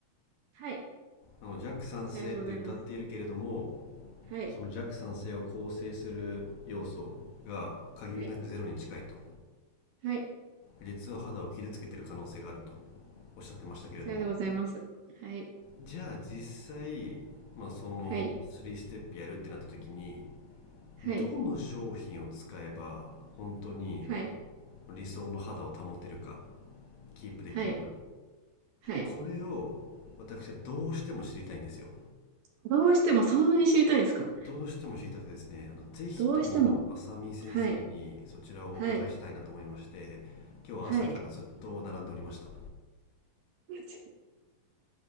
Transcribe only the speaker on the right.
はい。
さようでございます。はい、
はい、はい。
さようでございます。はい、
はい、はい、
はい、
はい、はい。
どうしてもそんなに知りたいですか
どうしても。はい、はい、はい。<laughs>